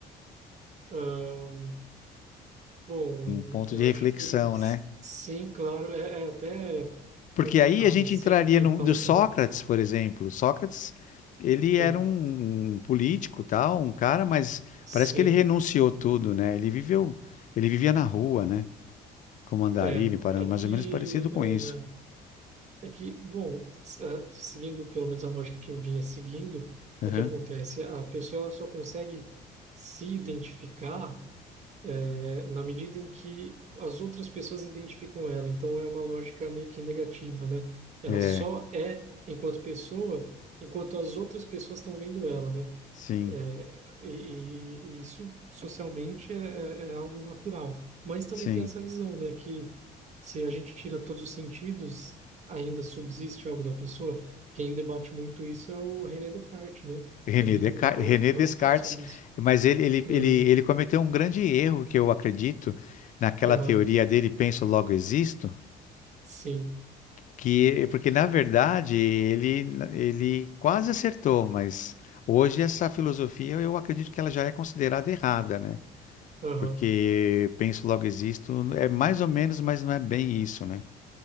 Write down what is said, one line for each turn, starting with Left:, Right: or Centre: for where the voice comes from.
Right: ahn. Bom, em-
Left: ponto
Right: eu
Left: de reflexão,
Right: acho que em-
Left: né?
Right: sim, claro, é, é até
Left: Porque
Right: complicado
Left: aí a gente
Right: assim
Left: entraria
Right: de
Left: no,
Right: falar.
Left: no Sócrates,
Right: Aham,
Left: por exemplo. Sócrates, ele
Right: hum,
Left: era um, um político, tal, um cara, mas
Right: Sim,
Left: parece que ele renunciou tudo, né? Ele viveu, ele vivia na rua, né? Como andarilho,
Right: é,
Left: para-
Right: é
Left: mais
Right: que
Left: ou menos parecido com
Right: ah,
Left: isso.
Right: é que bom, s- ah, seguindo pelo menos a lógica que eu vinha seguindo,
Left: Aham.
Right: o que acontece? A pessoa só consegue se identificar é, na medida em que as outras pessoas identificam ela. Então é uma lógica meio que negativa, né? Ela
Left: É,
Right: só é enquanto pessoa, enquanto as outras pessoas estão vendo ela, né?
Left: sim,
Right: É, e, e isso socialmente é, é- é algo natural. Mas também
Left: sim.
Right: tem essa visão, né, que se a gente tira todos os sentidos, ainda subsiste algo da pessoa. Quem debate muito isso é o René Descartes, né?
Left: René
Right: Que ele,
Left: Descartes,
Right: ele fala
Left: René
Right: bastante
Left: Descartes,
Right: sobre isso.
Left: mas ele, ele,
Right: Uhum,
Left: ele, ele cometeu um grande erro que eu acredito naquela
Right: aham,
Left: teoria dele, penso, logo existo
Right: sim,
Left: Que, porque na verdade ele, ele quase acertou, mas hoje essa filosofia eu acredito que ela já é considerada errada, né?
Right: aham,
Left: Porque penso logo existo, é mais ou menos, mas não é bem isso, né?